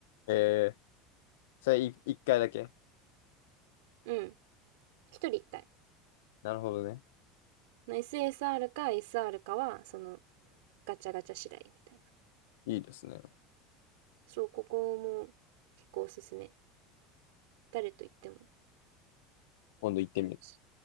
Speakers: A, on the left; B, on the right.
A: えー、それい一回だけ。
B: うん。一人一回。
A: なるほどね。
B: の SSR か SR かは、そのガチャガチャ次第みたいな。
A: いいですね。
B: そう、ここも結構おすすめ。誰と行っても
A: 今度行ってみる。
B: 楽しい。